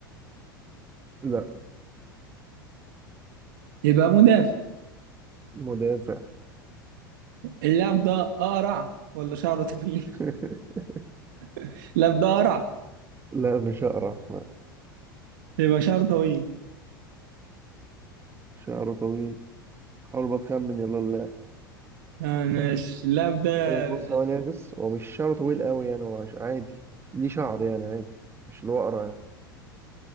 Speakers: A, on the right (about 20°); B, on the right (about 60°).
A: لا
B: يبقى مدافع
A: مدافع
B: اللاعب ده اقرع ولا شعره طويل
A: <laughs>
B: <laughs> اللاعب ده اقرع
A: لا مش أقرع لا
B: يبقى شعره طويل
A: شعره طويل حاول بقى أخمن يلا اللاعب
B: آه ماشي اللاعب ده
A: هو بص هو نرجس هو مش شعره طويل قوي يعني هو عش- عادي ليه شعر يعني عادي مش اللي هو أقرع يعني